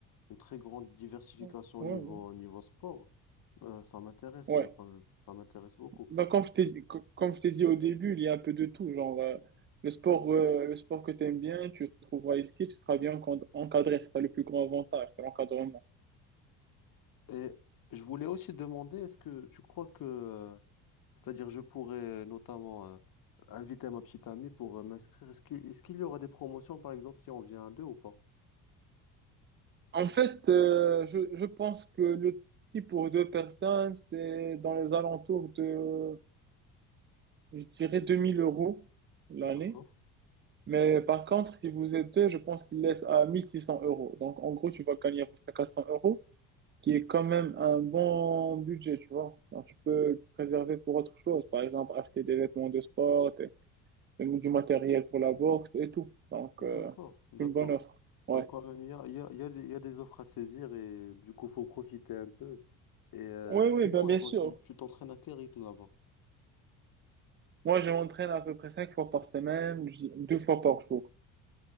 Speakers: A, on the left; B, on the right.
A: une très grande diversification
B: Ouais,
A: au
B: ouais.
A: niveau, au niveau sport. Euh, ça m'intéresse
B: Ouais.
A: quand même. Ça m'intéresse beaucoup.
B: Donc, comme je t'ai, co- comme je t'ai dit au début, il y a un peu de tout. Genre, euh, le sport, euh, le sport que tu aimes bien, tu le trouveras ici, tu seras bien encad- encadré. C'est ça le plus grand avantage, c'est l'encadrement.
A: Et je voulais aussi demander, est-ce que tu crois que, euh, c'est-à-dire je pourrais notamment euh, inviter ma petite amie pour euh, m'inscrire, est-ce qu'il est-ce qu'il y aura des promotions par exemple si on vient à deux ou pas?
B: En fait, euh, je, je pense que le prix pour deux personnes, c'est dans les alentours de, je dirais, 2000 euros l'année.
A: D'accord,
B: Mais par contre, si vous êtes deux, je pense qu'il laisse à 1600 euros. Donc, en gros, tu vas gagner à peu près 400 euros, qui est quand même un bon budget, tu vois. Alors, tu peux préserver pour autre chose. Par exemple, acheter des vêtements de sport, et- et du matériel pour la boxe et tout. Donc,
A: d'accord,
B: euh,
A: d'accord.
B: une bonne offre. Ouais.
A: Donc quand même, il y a, il y a, il y a des il y a des offres à saisir et du coup, faut profiter un peu. Et euh,
B: Oui, oui,
A: dis-moi,
B: ben bien
A: toi,
B: sûr.
A: tu tu t'entraînes à quel rythme là-bas?
B: Moi, je m'entraîne à peu près cinq fois par semaine, j- deux fois par jour.